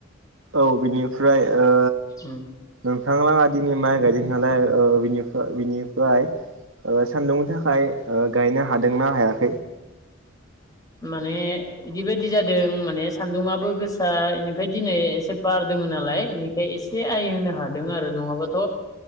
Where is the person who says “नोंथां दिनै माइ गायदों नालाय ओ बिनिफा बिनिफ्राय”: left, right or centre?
Right